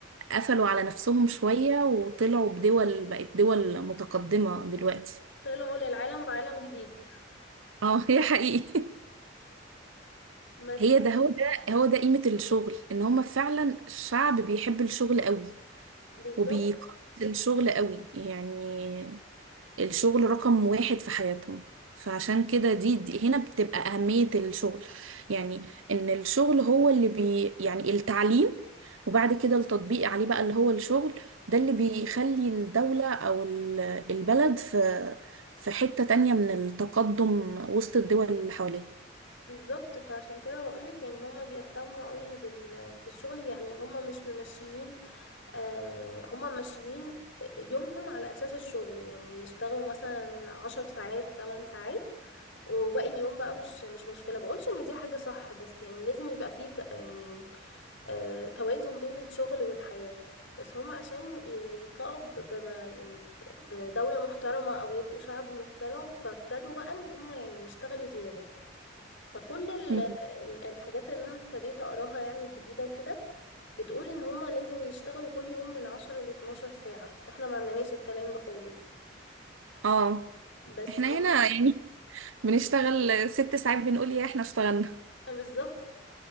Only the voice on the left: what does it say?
طلعوا للعالم بعالم جديد
بس
بالظبط
بالظبط فعشان كده بقولك يعني هما بيهتموا قوي بال... بالشغل يعني هما مش ممشيين آه، هما ماشيين يومهم على أساس الشغل يعني يشتغلوا مثلا عشر ساعات تمن ساعات وباقي اليوم بقى مش مش مشكلة بقولش إن دي حاجة صح بس يعني لازم يبقى فيه ت- يعني آه، توازن بين الشغل والحياة بس هم عشان ي- يطلعوا ب- بما يعني ب- بدولة محترمة أو يبقوا شعب محترم فابتدوا بقى إن هم يعني يشتغلوا زيادة فكل ال-
ال- الحاجات اللي انا ابتديت اقراها يعني الجديدة وكده بتقول ان هما لازم يشتغلوا كل يوم من عشرة لاتناشر ساعة احنا ما عندناش الكلام ده خالص
بس
هم
آه بالظبط